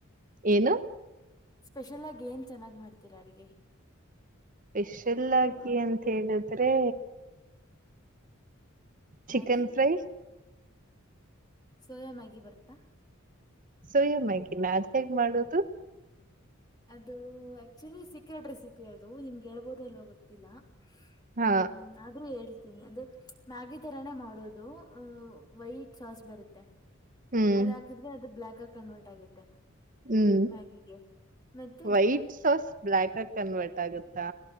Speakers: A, on the right; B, on the left.
A: ಏನು.
B: ಸ್ಪೆಷಲ್ ಆಗಿ ಏನ್ ಚೆನ್ನಾಗಿ್ ಮಾಡ್ತೀರಾ ಅಡುಗೆ.
A: ಸ್ಪೆಷಲ್ ಆಗಿ ಅಂತ ಹೇಳಿದ್ರೆ. chicken
B: Maggi
A: fry.
B: Soya Maggi ಬರುತ್ತೆ.
A: ಸೋಯ ಮ್ಯಾಗಿನಾ ಅದು ಹೇಗೆ ಮಾಡೋದು.
B: ಅದು ಆಕ್ಟ್ನಲ್ಲಿ ಸೀಕ್ರೆಟ್ ರೆಸಿಪಿ ಅದು ನಿಮಗೆ ಹೇಳ್ಬೋದು ಇಲ್ಲೋ ಗೊತ್ತಿಲ್ಲ
A: ಹಾ
B: ಹ್ಮ್ ಆದ್ರೂ ಹೇಳಿ. ಿ ಅಂದ್ರೆ ಮ್ಯಾಗಿ ತರಾನೇ ಮಾಡೋದು ಅಹ ವೈಟ್ ಸಾಸ್ ಬರುತ್ತೆ.
A: ಹ್ಮ್
B: ಅದ ಹಾಕಿದ್ರೆ ಅದು ಬ್ಲಾಕ್ ಆಗ ಕನ್ವರ್ಟ್ ಆಗುತ್ತೆ
A: ಹ್ಮ್
B: ಮ್ಯಾಗಿಗೆ. ಮತ್ತೆ
A: ವೈಟ್ ಸಾಸ್ ಬ್ಲಾಕ್ ಆಗಿ ಕನ್ವರ್ಟ್ ಆಗುತ್ತಾ.